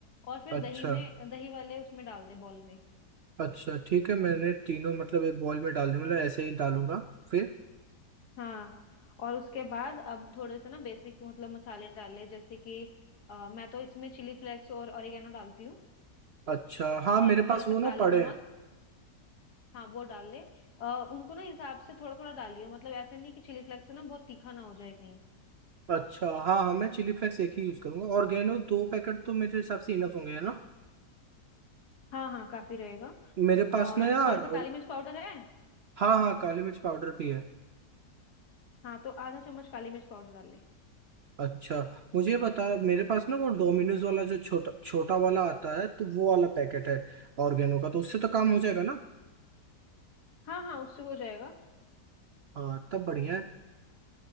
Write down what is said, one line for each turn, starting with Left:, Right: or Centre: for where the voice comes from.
Left: और फिर
Right: अच्छा
Left: दही में दही वाले उसमें डाल दे बॉल में
Right: अच्छा ठीक है मैंने तीनों मतलब एक बॉल में डाल दिए मतलब ऐसे ही डालूंगा फिर
Left: हाँ और उसके बाद अब थोड़े से ना बेसिक मतलब मसाले डाले जैसे कि अ, मैं तो इसमें चिली फ्लेक्स और ऑरिगेनो डालती हूँ
Right: अच्छा हाँ
Left: और
Right: मेरे
Left: थोड़ा
Right: पास
Left: सा
Right: वो ना
Left: काला
Right: पड़े
Left: नमक
Right: हैं
Left: हाँ वो डाल ले अ, उनको ना हिसाब से थोड़ा थोड़ा डालियो मतलब ऐसे नहीं कि चिली फ्लेक्स से ना बहुत तीखा ना हो जाए कहीं
Right: अच्छा हाँ हाँ मैं चिली फ्लेक्स एक ही यूज करूंगा ऑर्गेनो दो पैकेट तो मेरे हिसाब से इनफ होंगे है ना
Left: हाँ हाँ काफी रहेगा
Right: मेरे पास
Left: और
Right: ना यार
Left: थोड़ा सा काली मिर्च पाउडर है
Right: हाँ हाँ काली मिर्च पाउडर भी है
Left: हाँ तो आधा चम्मच काली मिर्च पाउडर डाल ले
Right: अच्छा मुझे बता मेरे पास ना वो डोमिनोज वाला जो छोटा छोटा वाला आता है तो वो वाला पैकेट है ऑर्गेनो का तो उससे तो काम हो जाएगा ना
Left: हाँ हाँ उससे हो जाएगा
Right: हाँ तब बढ़िया है